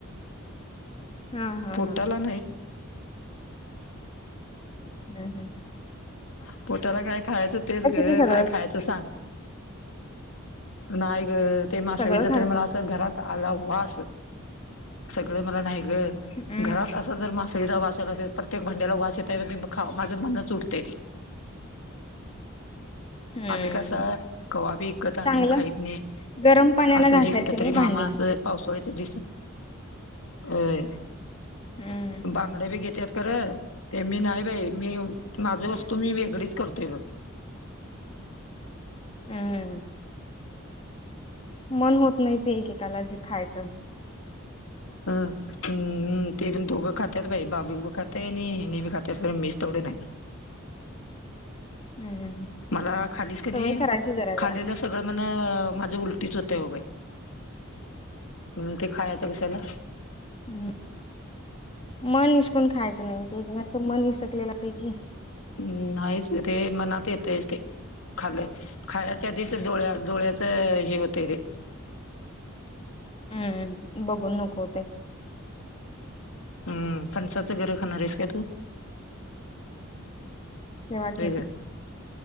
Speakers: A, on the left; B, on the left.
A: हा हा
B: पोटाला
A: हा
B: नाही-
A: हम् हम...
B: पोटाला काय खायचं तेच सगळये
A: की सगळं
B: काय खायचं सांग? नाई ग ते माशानी
A: सगळं खायचं
B: तर मला असं घरात- आला वास सगळ मला नाही ग
A: हम्म.
B: घरात- जर मासळीचा वास आला तर प्रत्येक भांड्याला वास येतय त्या म माझं मनच उटते त ते
A: <unintelligible> हम्म.
B: आम्ही कसं कवा बी इकत आणुन-
A: चांगलं
B: खायत नाही
A: गरम पाण्यानं
B: असं
A: घासायची
B: जे कुठ
A: नाही
B: तरी
A: भांडी.
B: मामा असं पावसाळ्याच्या दिवसात... होय
A: हम्म हम
B: बांगडय़ा बी घेतेत खरं ते मी नाही बाई मी माझ वस्तू
A: हम्म.
B: मी वेगळीच करतेय बघ
A: हम्म मन होत नाही ते एकेकाला जे खायचं...
B: हम... हम्म ते पण दोघं खातात बा बाबू खातय आणि हि बी खातात मीच तेवढं नाही.
A: हम्म म्
B: मला खालीच कणी
A: सवय करायची- जरा
B: खालेलं
A: जरा.
B: सगळं म्हण माझ्या उलटीच होतय बाई- म्हणून ते खायचं कशाला-
A: ह् मन इसकून खायचं नाही तेच मन इसकलेलं ते की...
B: हम्म नाहीच रे मनात येतच ते- खालंय खायच्या आधीच डोळ्या, डोळ्याचं हे होतंय तेे.
A: हम्म बघून नको होतय.
B: हम्म फणसाच गिर खाणार आहेस का तू?
A: ठेवा
B: वेगळं
A: कि.